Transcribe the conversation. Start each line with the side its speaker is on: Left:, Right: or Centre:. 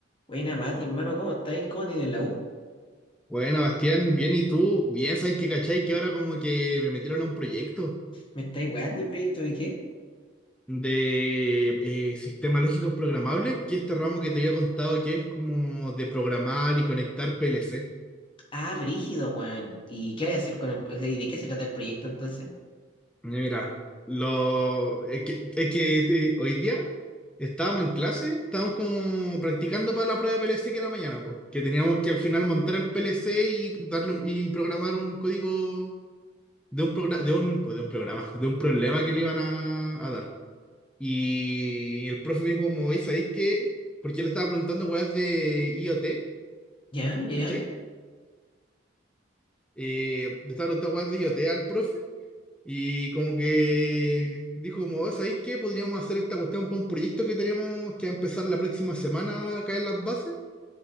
Left: Buena, Mati, hermano, ¿cómo estáis? ¿Cómo tienen la U?
Centre: Bueno, Bastián, bien, ¿y tú? Bien, ¿sabes qué, cachai? Que ahora como que me metieron a un proyecto
Left: ¿Me estáis weando el proyecto de qué?
Centre: de eh, sistemas lógicos programables, que es este ramo que te había contado que es como de programar y conectar PLC.
Left: Ah, brígido, weón. ¿Y qué hay a hacer con el pro- ¿Y de qué se trata el proyecto entonces?
Centre: Mira, lo, es que, es que te- hoy día estábamos en clase, estábamos como practicando para la prueba de PLC que era mañana, pues, que teníamos que al final montar el PLC y darle un- y programar un código de un programa, de un, pues, de un programa, de un problema que no iban a a dar. Y el profe me dijo como, oye, ¿sabéis qué? Porque yo le estaba preguntando weas de IoT,
Left: Ya, ya, ya.
Centre: ¿cachai? Eh, le estaba preguntando weas de IoT al profe. Y como que dijo como, "Oye, ¿sabéis qué? Podríamos hacer esta cuestión para un proyecto que tenemos que va a empezar la próxima semana acá en las bases.